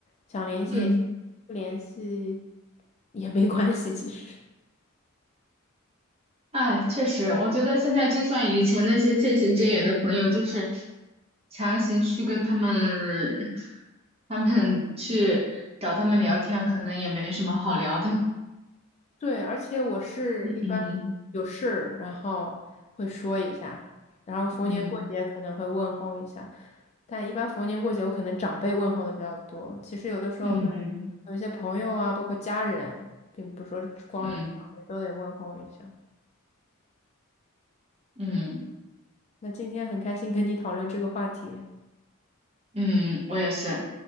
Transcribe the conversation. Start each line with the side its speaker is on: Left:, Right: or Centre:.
Left: 想联系也行
Right: 嗯，
Left: 不联系也没关系，其实。
Right: 哎，确实，我觉得现在就算以前那些渐行渐远的朋友，就是强行去跟他们，他们去找他们聊天，可能也没什么好聊的。
Left: 对，而且我是一般
Right: <laughs> 嗯
Left: 有事，然后会说一下，然后逢年过节可能会问候一下，
Right: 嗯
Left: 但一般逢年过节我可能长辈问候的比较多。其实有的时候对
Right: 嗯
Left: 有一些朋友啊，包括家人，并不是说光是长辈都得问候一下。
Right: 嗯嗯
Left: 那今天很开心跟你讨论这个话题。
Right: 嗯，我也是。